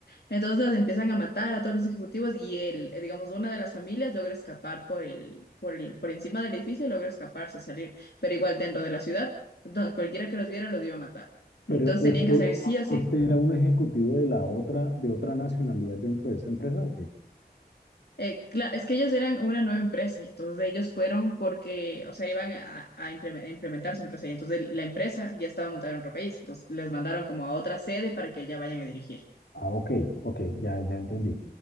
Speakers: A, on the left; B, on the left.
A: Entonces los empiezan a matar a todos los ejecutivos y él, eh, digamos, una de las familias logra escapar por el, por el, por encima del edificio, logra escaparse, salir, pero igual dentro de la ciudad, donde cualquiera que los viera los iba a matar.
B: pero
A: Entonces
B: este,
A: tenían que salir sí o sí
B: este era un ejecutivo de la otra, de otra nacionalidad dentro de esa empresa, ¿o qué?
A: Eh, claro, es que ellos eran una nueva empresa y entonces ellos fueron porque, o sea, iban a, a impleme- a implementar su empresa y entonces la empresa ya estaba montada en otro país, entonces les mandaron como a otra sede para que allá vayan a dirigir.
B: Ah, ok, ok, ya, ya entendí.